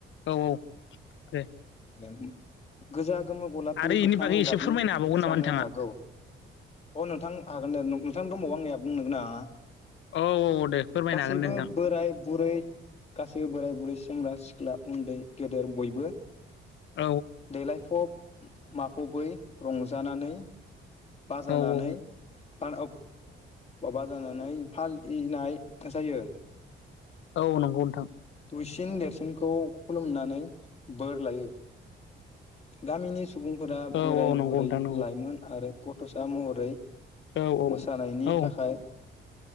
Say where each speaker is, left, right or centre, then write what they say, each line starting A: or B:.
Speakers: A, on the left; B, on the left.
A: औ औ दे
B: गियार उ गोजा गोमो गलाफि
A: आरो
B: गोथां
A: इनि बागै एसे
B: गाबनि
A: फोरमायनो हाबावगोन
B: जानो
A: नामा नोंथाङा
B: हागौ अ नोंथां हागोन दे नोंथां दंबावो आंनिया बुंनो गोनाङा
A: औ औ दे फोरमायनो
B: गासैबो
A: हागोन दे नोंथां
B: बोराय बुरै गासैबो बोराय बुरै सेंग्रा सिख्ला उन्दै गेदेर बयबो
A: औ
B: देलायफब माफबै रंजानानै बाजानानै
A: औ
B: आ औ औ बाजाना नाय फालिनाय जायो
A: औ नंगौ नोंथां
B: हुइसिन देरसिनखौ खुलुमनानै बोर लायो गामिनि सुबुंफोरा
A: औ
B: बोराय
A: औ नंगौ
B: बुरै
A: नोंथां नंगौ
B: लाइमोन आरो गथ'सा महरै
A: औ औ
B: मोसानायनि
A: औ
B: थाखाय